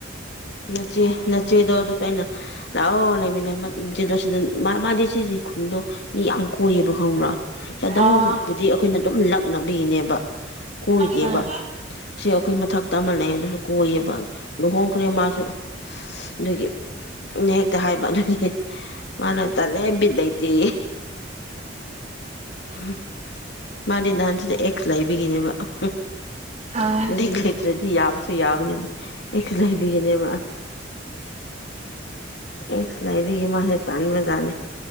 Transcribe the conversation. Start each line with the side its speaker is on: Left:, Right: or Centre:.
Left: ꯅꯆꯦ ꯅꯆꯦꯗꯣ ꯑꯗꯨꯁꯨ ꯑꯩꯅ ꯂꯥꯛꯑꯣ ꯂꯩꯃꯤꯟꯅ ꯃ ꯅꯆꯦꯗꯨ ꯁ ꯃ ꯃꯥ ꯃꯥꯗꯤ ꯁꯤꯖꯤ ꯈꯨꯟꯗꯣ ꯃꯤ ꯌꯥꯝ ꯀꯣꯏꯌꯦꯕ ꯈꯪꯕ꯭ꯔꯥ ꯆꯗ
Right: ꯑ ꯑ
Left: ꯍꯧꯕꯕꯨꯗꯤ ꯑꯩꯈꯣꯏꯅ ꯑꯗꯨꯝ ꯂꯛꯅꯕꯤꯅꯦꯕ ꯀꯣꯏꯗꯦꯕ
Right: ꯑ
Left: ꯁꯤ ꯑꯩꯈꯣꯏ ꯃꯊꯛꯇ ꯑꯃ ꯂꯩ ꯑꯗꯨꯁꯨ ꯀꯣꯏꯌꯦꯕ ꯂꯨꯍꯣꯡꯈ꯭ꯔꯦ ꯃꯥꯁꯨ ꯁ ꯑꯗꯨꯒꯤ ꯍꯦꯛꯇ ꯍꯥꯏꯕ ꯍ ꯍ ꯑꯗꯨꯒꯤ ꯃꯥꯅ ꯇꯜꯂꯦ ꯕꯤꯠ ꯂꯩꯇꯦꯌꯦ ꯍꯝ ꯃꯥꯗꯤ ꯅꯍꯥꯟ ꯁꯤꯗ ꯑꯦꯛꯁ ꯂꯩꯕꯤꯒꯤꯅꯦꯕ ꯑꯍꯝ
Right: ꯑ
Left: ꯂꯩ ꯂꯩꯇ꯭ꯔꯗꯤ ꯌꯥꯕꯁꯨ ꯌꯥꯕꯅꯦꯕ ꯑꯦꯛꯁ ꯂꯩꯕꯒꯤꯅꯦꯕ ꯑꯦꯛꯁ ꯂꯩꯕꯒꯤ ꯃꯥꯁꯦ ꯇꯟꯕꯖꯅꯦ